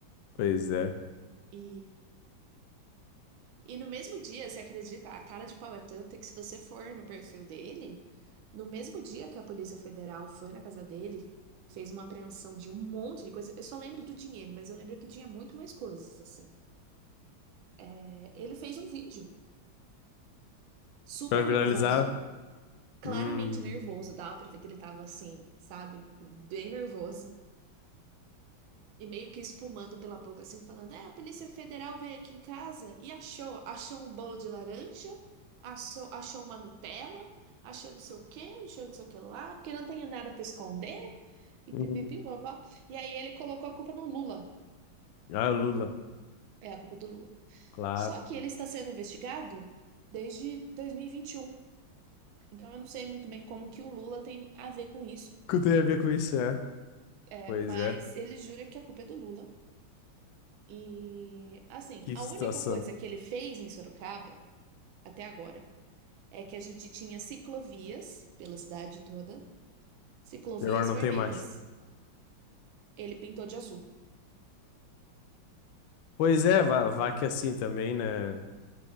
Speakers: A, on the left; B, on the right.
A: Pois é.
B: E, e no mesmo dia, você acredita, a cara de pau é tanta que se você for no perfil dele, no mesmo dia que a Polícia Federal foi na casa dele, fez uma apreensão de um monte de coisa. Eu só lembro do dinheiro, mas eu lembro que tinha muito mais coisas, assim. É, ele fez um vídeo super
A: Pra viralizar.
B: nervoso, claramente
A: Hum.
B: nervoso, dava pra ver que ele tava assim, sabe? Bem nervoso. E meio que espumando pela boca, assim, falando: É, a Polícia Federal veio aqui em casa e achou, achou um bolo de laranja, achou, achou uma Nutella, achou não sei o quê, achou não sei o que lá, porque não tem nada pra esconder. E
A: Hum.
B: pipipi, bobó. E aí ele colocou a culpa no Lula.
A: Ah, o Lula,
B: É a culpa é do Lula.
A: claro.
B: Só que ele está sendo investigado desde 2021. Então eu não sei muito bem como que o Lula tem a ver com isso,
A: O que tem a ver com isso, é?
B: é,
A: Pois
B: mas
A: é,
B: ele jura que a culpa é do Lula. E, assim,
A: que
B: a
A: situação.
B: única coisa que ele fez em Sorocaba, até agora, é que a gente tinha ciclovias pela cidade toda, ciclovias
A: E agora não
B: vermelhas.
A: tem mais.
B: Ele pintou de azul.
A: Pois
B: É,
A: é, vá, vá que assim também, né?